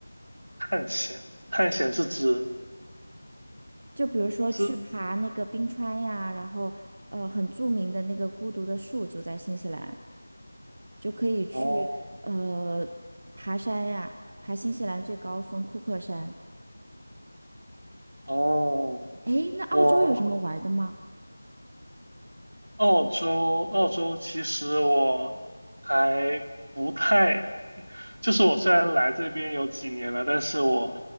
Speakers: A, on the right; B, on the right.
A: 探险？探险是指
B: 就比如说去爬那个冰川呀，
A: 是？
B: 然后呃很著名的那个孤独的树就在新西兰，就可以去呃爬山呀，
A: 哦
B: 爬新西兰最高峰库克山。
A: 哦，
B: 诶，那澳洲有什么玩的吗？
A: 我澳洲，澳洲其实我还。不太。就是我虽然来这边有几年了，但是我